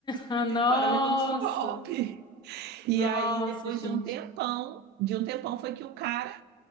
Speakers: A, on the left; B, on the right.
A: Ah, nossa.
B: Cara, levamos um golpe. E
A: Nossa,
B: aí depois
A: gente.
B: de um tempão, de um tempão foi que o cara